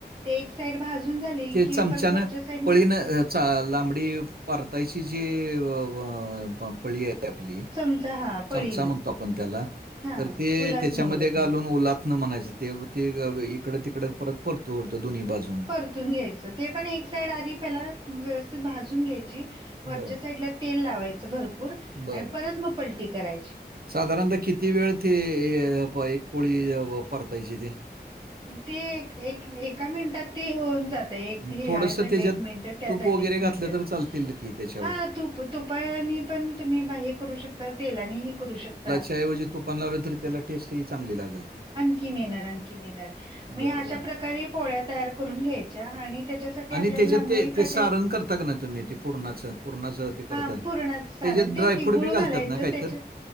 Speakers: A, on the right; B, on the right.
A: ते एक साईड भाजून झाली
B: ते
A: की
B: चमच्यानं
A: परत वरच्या साईड
B: पळीनं अ, चा लांबडी परतायची जी अं, अं पळी आहे <unintelligible>
A: चमचा हा पळीनं
B: चमचा म्हणतो आपण त्याला
A: हा
B: तर ते
A: उलतन
B: त्याच्यामध्ये
A: उलतन
B: घालून ओला म्हणायचं ते ते गं इकडं तिकडं परत परतो, उरतो दोन्ही बाजून
A: उलटून घ्यायचं ते पण आधी एक साईड तेला व्यवस्थित भाजुन घ्यायची वरच्या
B: बरं,
A: साइडला तेल लावायच भरपूर
B: बरं.
A: आणि परत मग पलटी करायची.
B: साधारणतः किती वेळ ते ये एक पोळी परतायची ती?
A: ते एक, एका मिनिटात ते होऊन जाते. आताएक
B: अ, थोडंसं
A: साइडला
B: त्याच्यात
A: एक मिनंट त्या
B: तूप
A: साइडला
B: वगैरे
A: एक
B: घातलं
A: मिनटं
B: तर चालतील की त्याच्यावर.
A: हा, तू प- तु तुपायाने पण तुम्ही बा हे करू शकता, तेलानी हि करू शकता.
B: त्या ऐवजी तुपान लावले तर त्याला टेस्ट ही चांगली लागल.
A: आणखीन येणार, आणखीन येणार म
B: बरं,
A: ह्या अशा
B: बरं.
A: प्रकारे पोळ्या तयार करून घ्यायच्या आणि त्याच्याच त त्या
B: आणि
A: आपल्याा
B: त्याच्यात
A: लागणारी
B: ते
A: कट,
B: ते सारण करता का नाही तुम्ही ते पुरणाचं पुरणाचं ते करता.
A: हा पुरणाच सारण
B: त्याच्यात
A: तेच
B: ड्रायफ्रूट
A: की गुळ
B: बी घालतात
A: घालायच,
B: ना काहीतर?
A: त्याच